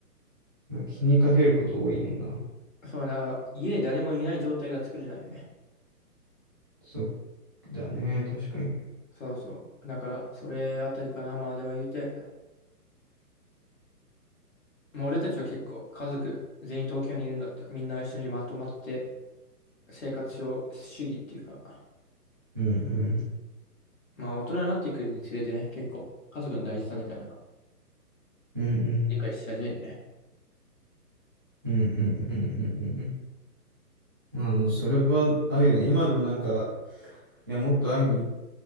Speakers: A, on the right; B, on the left.
A: まあ、気にかけること多いもんな。
B: そうな、家に誰もいない状態が作れないよね。
A: そっだね、確かに。
B: そうそう。だから、それあたりかな。まあでも言うて、もう俺たちは結構家族全員東京にいるんだった。みんな一緒にまとまって生活を主義っていうか。
A: うんうん。
B: まあ、大人になっていくにつれてね、結構、家族の大事さみたいな、
A: うんうん。
B: 理解し始めるよね。
A: うんうんうんうんうん。まあ、あの、それはあるよね。今でもなんか、いや、もっと会いに